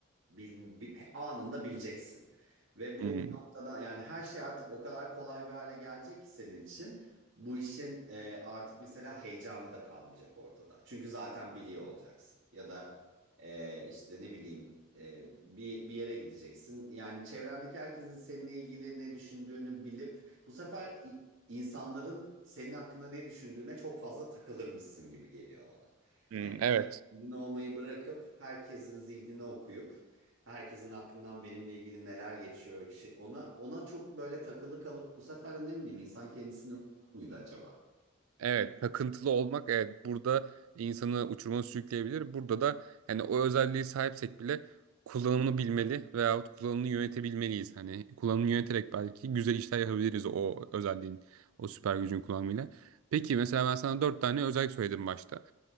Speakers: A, on the right; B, on the right.
A: bil- bi- anında bileceksin. Ve bu
B: Hmm.
A: bir noktadan yani her şey artık o kadar kolay bir hale gelecek ki senin için. Bu işin e, artık mesela heyecanı da kalmayacak ortada. Çünkü zaten biliyor olacaksın. Ya da Ee, işte ne bileyim e, bir, bir yere gideceksin. Yani çevrendeki herkesin seninle ilgili ne düşündüğünü bilip bu sefer i- insanların senin hakkında ne düşündüğüne çok fazla takılır mısın gibi geliyor bana.
B: Hmm,
A: Hani
B: evet.
A: kendin olmayı bırakıp herkesin zihnini okuyup herkesin aklından benimle ilgili neler geçiyor şey- ona ona çok böyle takılı kalıp bu sefer de ne bileyim insan kendisini okur muydu acaba?
B: Evet, takıntılı olmak evet burada insanı uçuruma sürükleyebilir. Burada da yani o özelliği sahipsek bile kullanımını bilmeli veyahut kullanımını yönetebilmeliyiz. Hani kullanımını yöneterek belki güzel işler yapabiliriz o özelliğin, o süper gücün kullanımıyla. Peki mesela ben sana dört tane özellik söyledim başta.